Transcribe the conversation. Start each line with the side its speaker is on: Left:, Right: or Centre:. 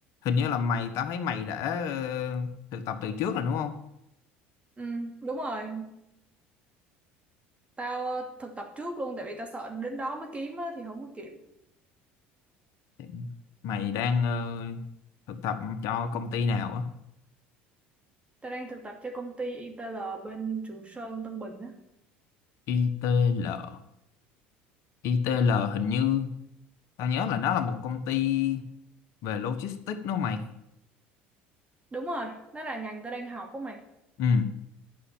Left: hình như là mày, tao thấy mày đã ờ, thực tập từ trước rồi đúng không?
Right: Ừ, đúng rồi. Tao ờ, thực tập trước luôn tại vì tao sợ đến đó mới kiếm á thì không có kịp.
Left: Thì Mày đang ờ, thực tập cho công ty nào á?
Right: Tao đang thực tập cho công ty ITL bên Trường Sơn, Tân Bình á.
Left: ITL. ITL hình như tao nhớ là nó là một công ty về logistics đúng không mày?
Right: Đúng rồi, đó là ngành tao đang học á mày.
Left: Ừ.